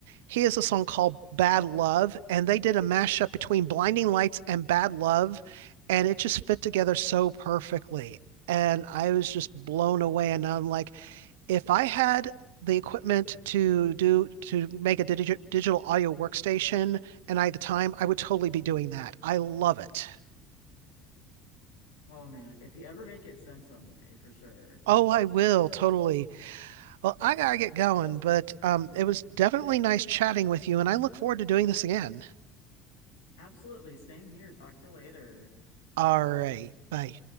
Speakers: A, on the right; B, on the left.
A: He has a song called Bad Love, and they did a mashup between Blinding Lights and Bad Love, and it just fit together so perfectly. And I was just blown away. And I'm like, if I had the equipment to do to make a digi digital audio workstation and I had the time, I would totally be doing that. I love it.
B: Oh man, if you ever make it, send some to me for sure.
A: Oh, I will totally. Well, I gotta get going, but um, it was definitely nice chatting with you, and I look forward to doing this again.
B: <laughs> Absolutely, same here. Talk to you later.
A: All right, bye.